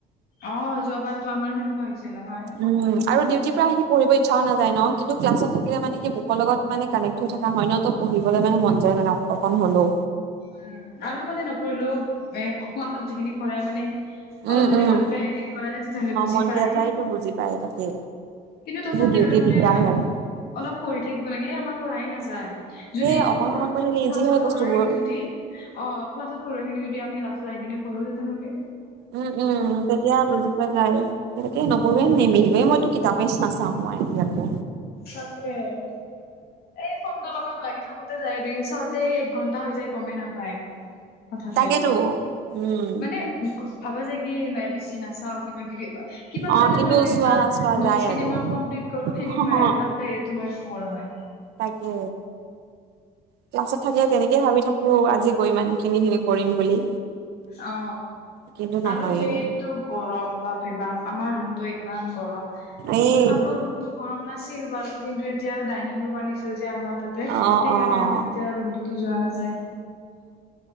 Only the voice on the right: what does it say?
উম আৰু ডিউটিৰ পৰা আহি পঢ়িব ইচ্ছাও নায ন কিন্তু ক্লাত থাকিলে মানে কি বু ক লগত মানে কানেক্ থকা হয় ন ফুহিবলৈ মানে মন যায় মানে অকণ হলেও।
উম
উম
মন্দিয়া
যায়তো বুজি পায় তাকে
ডিউটিত
দিগদাৰ হয়
সেই অকন
চকন পঢ়ি থাকিলে
ইজি হয়
বস্তুবোৰ
উম উম তেতিয়া বুজিপোৱা যায় সেনেকে নপঢ়ে নিম পে মইতো কিতাপেই নাচাওঁ মই ইয়তে
তাকেতো উম
অ
কিন্তু
চোৱা চোৱা
যায় আৰু
অ
তাকে ক্লাছত থাকিলে তেনেকে ভাবি থাকো আজি গৈ মান খিনি খিনি কৰিম বুলি
কিন্তু নহয়ে
এই
অ', অ',